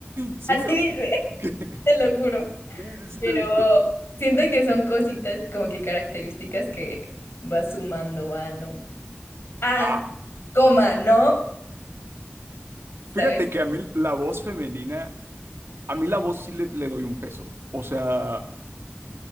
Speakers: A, on the right; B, on the left.
A: <laughs> Sí,
B: Así
A: o
B: dice,
A: sea. <laughs> que-
B: te lo juro.
A: Sí, sí, sí,
B: Pero
A: lo he visto.
B: siento que son cositas como que características que va sumando a, ¿no? Ah,
A: Ah,
B: coma, ¿no? ¿Sabes?
A: fíjate
B: Como
A: que a mí la voz femenina, a mí la voz sí le, le doy un peso. O sea.